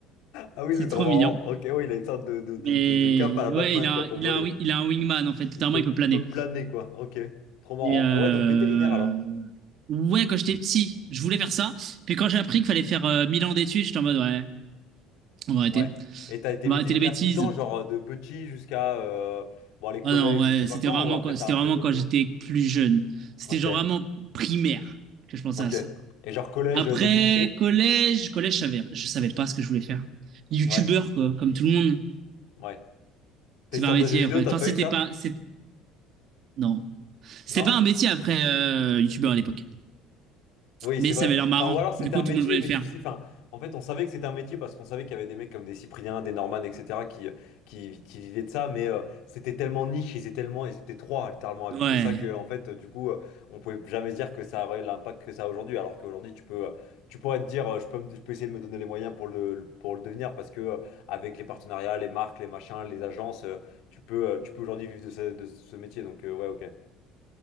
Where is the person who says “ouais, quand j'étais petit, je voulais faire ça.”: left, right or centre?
Right